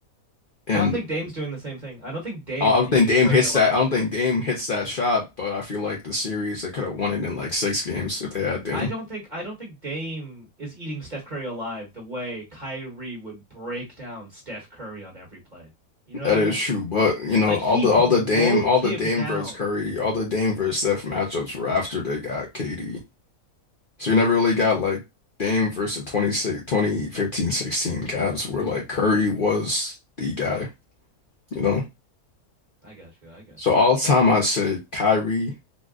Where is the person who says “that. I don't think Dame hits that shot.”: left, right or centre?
Left